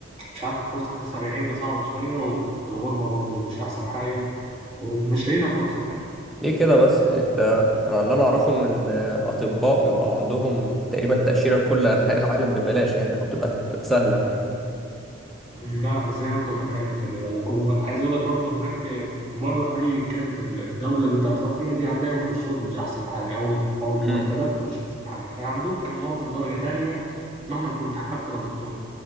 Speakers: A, on the right (about 30°); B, in the centre.
A: مش عارف الفرصة حاسسها بعيدة صعبة شوية والغربة برضه مش أحسن حاجة ومش لاقي لها فرصة يعني
B: ليه كده بس انت انا اللي انا اعرفه ان الاطباء بيبقى عندهم تقريبا تأشيرة لكل انحاء العالم ببلاش يعني او تبقى تبقى سهلة
A: مم، لا مش زي ما انت متخيل خلي بالك وعايز اقول لك برضو هناك آه، بره في اي كانت ال- الدوله اللي انت هتروح فيها دي هتلاقي برضو الشغل مش احسن حاجه او ال- او المرتبات
B: امم
A: مش احسن حاجه هيعاملوك كمواطن درجه تانية مهما كنت حتى لو دكتور